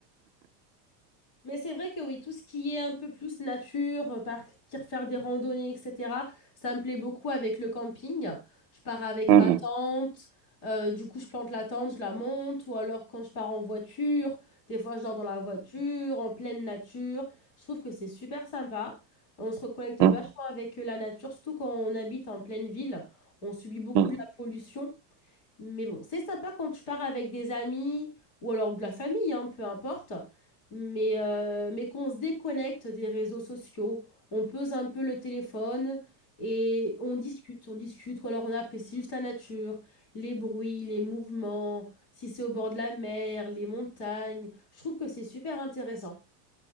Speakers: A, on the left; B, on the right.
A: Mais c'est vrai que oui, tout ce qui est un peu plus nature, euh, partir faire des randonnées, etc., ça me plaît beaucoup avec le camping. Je pars avec
B: mhm,
A: ma tente, euh, du coup je plante la tente, je la monte, ou alors quand je pars en voiture, des fois je dors dans la voiture, en pleine nature. Je trouve que c'est super sympa. On se reconnecte
B: mhm,
A: vachement avec euh, la nature, surtout quand on habite en pleine ville. On subit beaucoup
B: mhm.
A: de la pollution. Mais bon, c'est sympa quand tu pars avec des amis ou alors de la famille, hein, peu importe. Mais, euh, mais qu'on se déconnecte des réseaux sociaux, on pose un peu le téléphone et on discute, on discute. Ou alors on apprécie juste la nature, les bruits, les mouvements, si c'est au bord de la mer, les montagnes. Je trouve que c'est super intéressant.